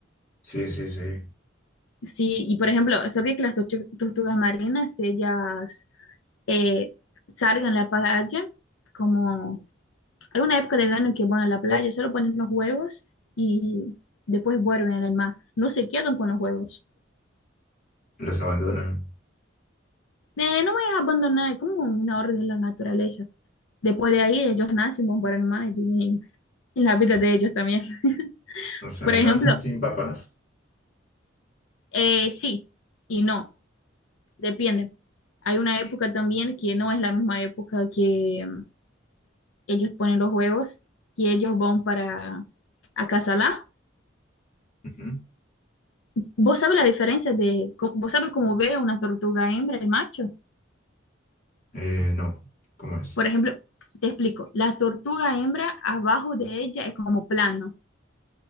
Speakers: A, on the left; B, on the left.
A: Sí, sí, sí.
B: Sí, y por ejemplo, sabía que las tortu- tortugas marinas, ellas eh, salgan a la playa como Hay una época del año que van a la playa, solo ponen los huevos y después vuelven al mar. No se quedan con los huevos.
A: Los abandonan.
B: Eh, no voy a abandonar, es como una orden de la naturaleza. Después de ahí, ellos nacen, van para el mar y tienen y la vida de ellos también. <laughs>
A: O sea,
B: Por
A: nacen
B: ejemplo,
A: sin papás.
B: eh, sí y no, depende. Hay una época también que no es la misma época que mm, ellos ponen los huevos, que ellos van para acasalar.
A: Ujú.
B: ¿Vos sabés la diferencia de, co- vos sabés cómo ve una tortuga hembra y macho?
A: Eh, no, ¿cómo es?
B: Por ejemplo, te explico, la tortuga hembra abajo de ella es como plano,